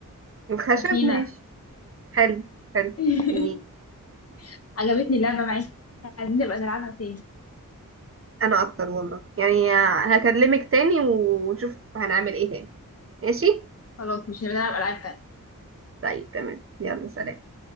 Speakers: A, on the right; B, on the left.
A: الخشب
B: سفينة
A: ماشي حلو حلو
B: <laughs>
A: جميل
B: عجبتني اللعبة معاك عايزين نبقى نلعبها تاني
A: انا اكتر والله يعني هكلمك تاني ونشوف هنعمل ايه تاني ماشي
B: خلاص مش هنبقى نلعب ألعاب تانية
A: طيب تمام يلا سلام